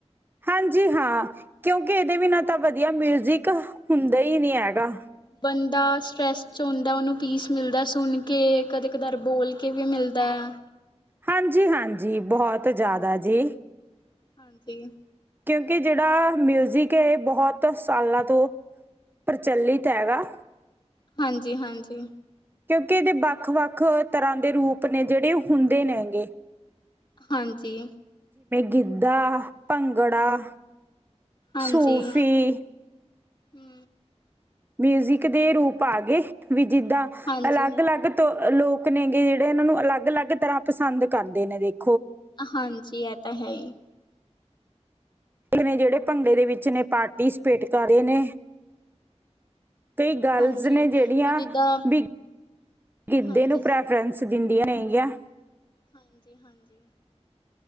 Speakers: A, on the right; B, on the left.
A: ਹਾਂਜੀ, ਹਾਂ। ਕਿਉਂਕਿ ਇਹਦੇ ਵੀਨਾਂ ਤਾਂ ਵਧੀਆ ਮਿਊਜਿਕ ਹੁੰਦਾ ਹੀ ਨਹੀ ਹੈਗਾ।
B: ਬੰਦਾ ਸਟਰੈੱਸ ਚ ਹੁੰਦਾ ਉਹਨੂੰ ਪੀਸ ਮਿਲਦਾ ਸੁਣ ਕੇ। ਕਦੇ ਕਧਾਰ ਬੋਲ ਕੇ ਵੀ ਮਿਲਦਾ ਐ।
A: ਹਾਂਜੀ, ਹਾਂਜੀ ਬਹੁਤ ਜ਼ਿਆਦਾ ਜੀ।
B: ਹਾਂਜੀ।
A: ਕਿਉਂਕਿ ਜਿਹੜਾ ਮਿਊਜ਼ਿਕ ਹੈ ਇਹ ਬਹੁਤ ਸਾਲਾਂ ਤੋਂ ਪ੍ਰਚਲਿਤ ਹੈਗਾ।
B: ਹਾਂਜੀ, ਹਾਂਜੀ।
A: ਕਿਉਂਕਿ ਇਹਦੇ ਵੱਖ ਵੱਖ ਤਰ੍ਹਾਂ ਦੇ ਰੂਪ ਨੇ ਜਿਹੜੇ ਹੁੰਦੇ ਨੇ ਹੈਗੇ।
B: ਹਾਂਜੀ।
A: ਗਿੱਧਾ, ਭੰਗੜਾ
B: ਹਾਂਜੀ
A: ਸੂਫ਼ੀ,
B: ਹੂੰ।
A: ਮਿਊਜ਼ਿਕ ਦੇ ਰੂਪ ਆਗੇ। ਜਿੱਦਾਂ
B: ਹਾਂਜੀ
A: ਅਲੱਗ ਅਲੱਗ ਤੋਂ ਲੋਕ ਨੇਗੇ ਜਿਹੜੇ ਇਹਨਾਂ ਨੂੰ ਅਲੱਗ ਅਲੱਗ ਤਰ੍ਹਾਂ ਪਸੰਦ ਕਰਦੇ ਨੇ ਦੇਖ।
B: ਹਾਂਜੀ। ਜੀ ਆ ਤਾਂ ਹੈ ਈ।
A: ਨੇ ਜਿਹੜੇ ਭੰਗੜੇ ਨਾ ਇਹ ਦੇ ਵਿਚ ਨੇ ਪਾਰਟੀਸਪੇਟ ਕਰ ਰਹੇ ਨੇ। ਕਈ ਗਰਲਜ਼
B: ਹਾਂਜੀ
A: ਨੇ
B: ਹੁਣ
A: ਜਿਹੜੀਆਂ
B: ਜਿੱਦਾਂ
A: ਵੀ ਗਿੱਧੇ
B: ਹਾਂਜੀ
A: ਨੂੰ ਪ੍ਰੈਫਰੈਂਸ ਦਿੰਦੀਆਂ ਨੇਗੀਆਂ।
B: ਹਾਂਜੀ, ਹਾਂਜੀ।